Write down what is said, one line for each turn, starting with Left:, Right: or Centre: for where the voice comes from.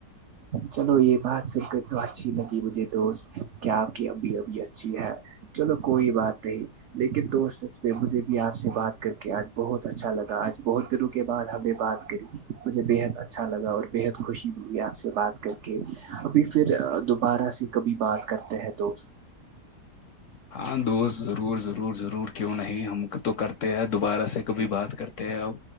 Right: چلو یہ بات سن کر تو اچھی لگی مجھے دوست کیا آپ کی ابھی ابھی اچھی ہے چلو کوئی بات نہیں لیکن دوست سچ میں مجھے بھی آپ سے بات کر کے آج بہت اچھا لگا آج بہت دنوں کے بعد ہمیں بات کری مجھے بےحد اچھا لگا اور بےحد خوشی ملی آپ سے بات کر کے ابھی پھر دوبارہ سے کبھی بات کرتے ہیں تو
Left: ہاں دوست ضرور ضرور ضرور کیوں نہیں ہم تو کر دوبارہ سے کبھی بات کرتے ہیں اب